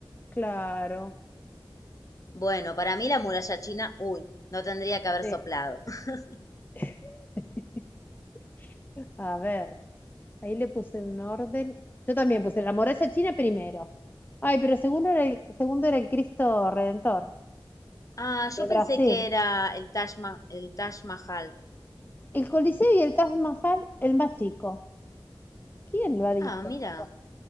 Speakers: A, on the left (about 20°); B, on the left (about 40°).
A: claro.
B: Bueno, para mí la muralla china, uy, no tendría que haber
A: sí.
B: soplado. <laughs>
A: <laughs> A ver, ahí le puse un orden. Yo también puse la muralla china primero. Ay, pero segundo era el, segundo era el Cristo Redentor
B: Ah,
A: de
B: yo
A: Brasil.
B: pensé que era el Taj Ma- el Taj Mahal.
A: El Coliseo y el Taj Mahal, el más chico. ¿Quién lo ha dicho
B: Ah, mira.
A: eso?